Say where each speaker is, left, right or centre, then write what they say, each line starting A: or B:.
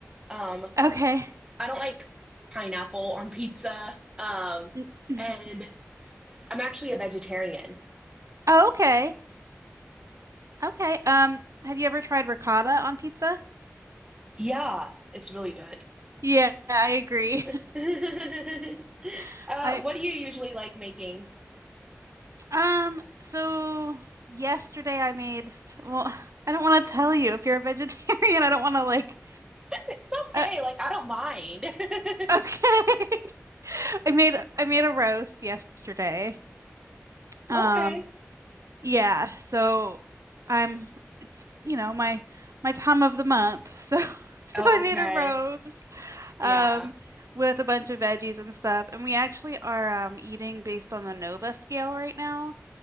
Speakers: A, on the right (about 15°); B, on the right (about 80°).
A: Um
B: Okay.
A: I don't like pineapple on pizza. Um
B: N- <laughs>
A: and I'm actually a vegetarian.
B: Oh, okay. Okay. Um, have you ever tried ricotta on pizza?
A: Yeah, it's really good.
B: Yeah, I agree.
A: <laughs>
B: <laughs>
A: Uh,
B: I
A: what do you usually like making?
B: um, so yesterday I made, well, <laughs> I don't want to tell you if you're a vegetarian. I don't want to like
A: It's
B: uh,
A: okay, like I don't mind.
B: okay.
A: <laughs>
B: <laughs> I made I made a roast yesterday. Um,
A: Okay.
B: yeah, so I'm it's you know my my time of the month. So <laughs> so
A: Okay.
B: I made a roast
A: Yeah.
B: um with a bunch of veggies and stuff, and we actually are um eating based on the Nova scale right now.